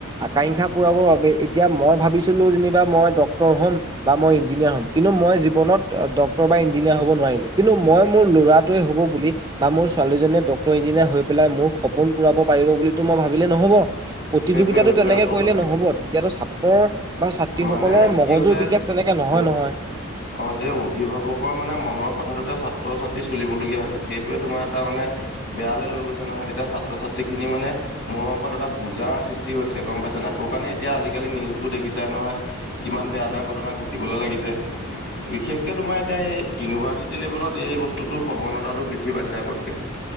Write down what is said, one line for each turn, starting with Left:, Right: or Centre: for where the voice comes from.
Right: আকাংক্ষা পূৰাবৰ বাবে, এতিয়া মই ভাবিছিলো যেনিবা মই ডক্টৰ হ'ম বা মই ইঞ্জিনিয়াৰ হ'ম। কিন্তু মই জীৱনত ডক্তৰ বা ইঞ্জিনিয়াৰ হ'ব নোৱাৰিলোঁ, কিন্তু মই মোৰ ল'ৰাটোৱে হ'ব বুলি বা মোৰ ছোৱালীজনীয়ে ডক্টৰ, ইঞ্জিনিয়াৰ হৈ পেলাই মোৰ সপোন পূৰাব পাৰিব বুলিতো মই ভাবিলে নহ'ব। প্ৰতিযোগিতাটো
Left: সেইটোৱে সেইটোৱে
Right: তেনেকে
Left: আচল
Right: কৰিলে
Left: কথা
Right: নহ'ব, তেতিয়াতো ছাত্ৰৰ বা ছাত্ৰীসকলৰ
Left: মানে
Right: মগজুৰ
Left: কি হৈছে
Right: বিকাশ তেনেকে নহয়, নহয়।
Left: অ', এই অভিভাৱকৰ মানে মনৰ কথাটোতে ছাত্ৰ ছাত্ৰী চলিবলগীয়া হৈছে, সেইটোয়ে তোমাৰ এটা মানে বেয়ালৈ লৈ গৈছে নহয়, এতিয়া ছাত্ৰ ছাত্ৰী খিনি মানে মোৰ ওপৰত এটা বোজাৰ সৃষ্টি হৈছে গম পাইছ নাই, সৌকাৰণে এতিয়া আজিকালি নিউজবোৰ দেখিছ নহয়, কিমান বেয়া বেয়া ঘটনা ঘটিবলৈ লাগিছে। বিশেষকে তোমাৰ এতিয়া এই ইউনিভাৰ্চিটি লেভেলত এই বস্তুটো প্ৰৱণতাটো বৃদ্ধি পাইছে আগতকে।